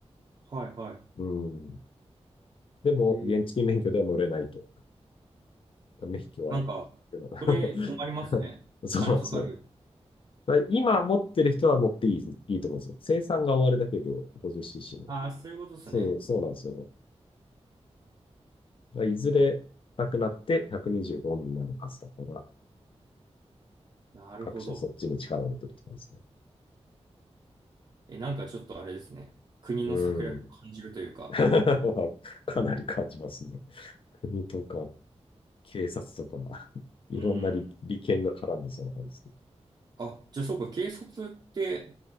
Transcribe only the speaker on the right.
はいは
い。ええ、
なんか、
それ困りますね。
お金かかる。
ああ、そういうことですね。
あなるほど。
え、なんかちょっとあれですね。国の策略を感じるというか。
うん。
あ、じゃあそうか、警察って、